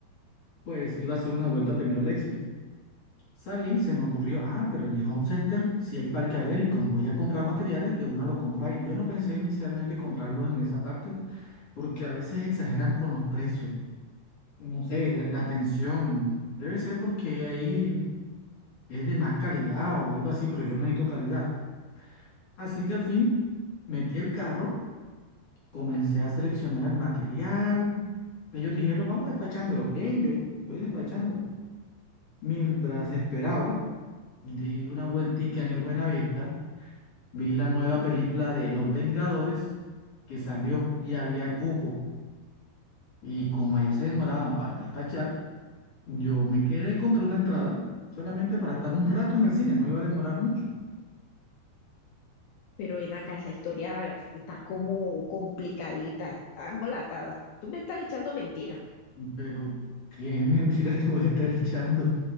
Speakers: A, on the left; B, on the left.
A: Pues iba a hacer una vuelta primero al Éxito. Salí, se me ocurrió, ah, pero en el Home Center sí hay parqueadero y como voy a comprar materiales, de una lo compro ahí. Yo no pensé inicialmente comprarlos en esa parte porque a veces exageran con los precios. No sé, la, la atención. Debe ser porque ahí. es de más calidad o algo así, pero yo no necesito calidad. Así que al fin metí el carro, comencé a seleccionar el material. Ellos dijeron, vamos despachándolo. Bien, yo voy despachando. Mientras esperaba, di una vueltica en el Buenavista, vi la nueva película de Los Vengadores que salió y había cupo. Y como allá se demoraba para despachar, yo me quedé, compré una entrada solamente para estar un rato en el cine, no iba a demorar mucho.
B: Pero ven acá, esa historia está como complicadita, está embolatada. Tú me estás echando mentiras.
A: Pero qué <laughs> mentira te voy a estar echando.